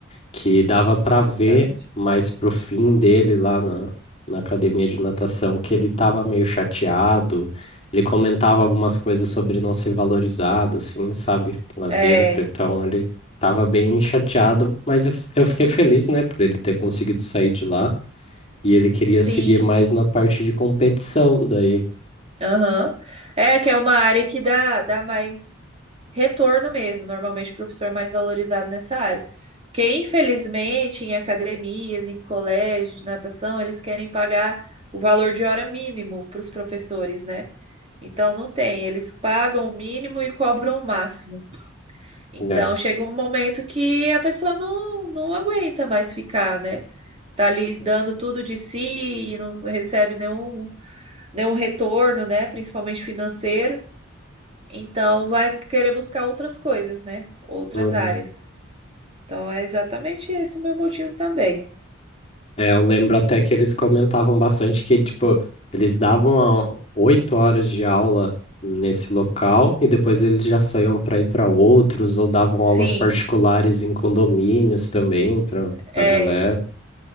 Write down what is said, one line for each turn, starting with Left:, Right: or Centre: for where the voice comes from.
Left: que dava para
Right: exatamente.
Left: ver mais pro fim dele lá na, na academia de natação que ele tava meio chateado. Ele comentava algumas coisas sobre não ser valorizado, assim, sabe, lá
Right: É,
Left: dentro. Então ele tava bem chateado, mas eu eu fiquei feliz, né, por ele ter conseguido sair de lá. E ele queria
Right: sim.
Left: seguir mais na parte de competição, daí,
Right: Aham. É que é uma área que dá, dá mais retorno mesmo. Normalmente o professor é mais valorizado nessa área. Porque, infelizmente, em academias, em colégios de natação, eles querem pagar o valor de hora mínimo para os professores, né? Então não tem, eles pagam o mínimo e cobram o máximo. Então
Left: né?
Right: chega um momento que a pessoa não, não aguenta mais ficar, né? Está ali dando tudo de si e não recebe nenhum, nenhum retorno, né? Principalmente financeiro. Então vai querer buscar outras coisas, né? Outras
Left: Uhum.
Right: áreas. Então é exatamente esse o meu motivo também.
Left: É, eu lembro até que eles comentavam bastante que, tipo, eles davam a- oito horas de aula nesse local e depois eles já saíam para ir para outros ou davam
Right: Sim,
Left: aulas particulares em condomínios também para
Right: é.
Left: para galera.